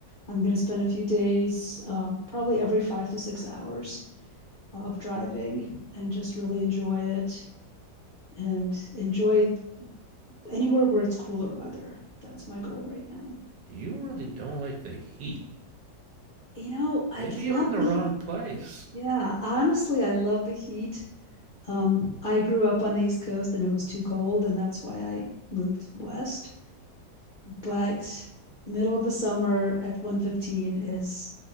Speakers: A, on the left (about 60°); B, on the right (about 75°).
A: I'm gonna spend a few days, um, probably every five to six hours of driving and just really enjoy it and enjoy anywhere where it's cooler weather. That's my goal right now.
B: You really don't like the heat.
A: You know, I
B: Maybe you're
A: love
B: in the
A: the
B: wrong
A: heat.
B: place.
A: Yeah, honestly, I love the heat. Um, I grew up on the East Coast and it was too cold, and that's why I moved west. But middle of the summer at 115 is